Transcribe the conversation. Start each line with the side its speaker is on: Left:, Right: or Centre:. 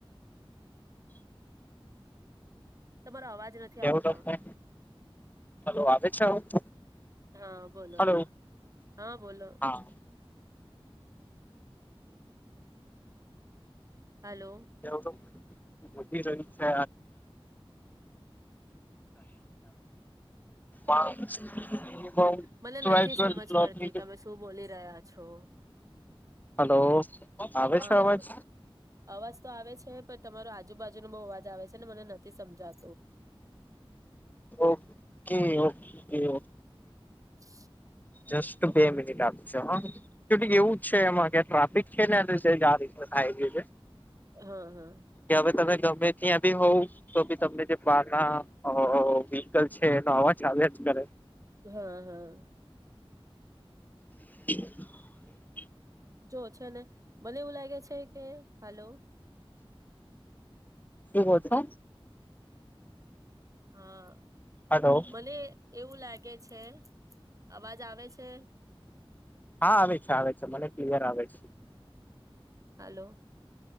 Right: તમારો અવાજ નથી
Left: કેવું
Right: આવતો
Left: તમને હલો આવે છે અવાજ?
Right: હા બોલો
Left: હલો
Right: હા બોલો.
Left: હા <inaudible>
Right: હાલો
Left: ઉભી રહ્યું છે. અને <inaudible>
Right: મને
Left: ટ્વેલ્થ
Right: નથી
Left: ટ્વેલ્થ
Right: સમજ
Left: ક્લાસની
Right: પડતી તમે શું બોલી રહ્યા છો.
Left: હલો. આવે
Right: હા,
Left: છે અવાજ
Right: બોલો અવાજ તો આવે છે. પ તમારો આજુબાજુનો બહુ અવાજ આવે છે એટલે મને નથી સમજા
Left: ઓકે ઓ <inaudible>
Right: <inaudible>
Left: જસ્ટ બે મિનિટ આપજો હ કે એવું જ છે એમાં ત્યાં ટ્રાફિક છે ને <inaudible> આઈ ડી છે.
Right: હા, હા,
Left: કે હવે તમે ગમે ત્યાં બી હોવ તો બી તમને જે બહાર ના વિવ્હકલ છે. એનો અવાજ આવ્યા જ કરે,
Right: હા, હા
Left: <inaudible>
Right: જો છે ને. મને એવું લાગે છે કે હલો.
Left: શું બો છે.
Right: હા.
Left: હલો
Right: મને એવું લા કે છે. અવાજ આવે છે?
Left: હા, આવે છે આવે છે મને ક્લિયર આવે છે.
Right: હલો.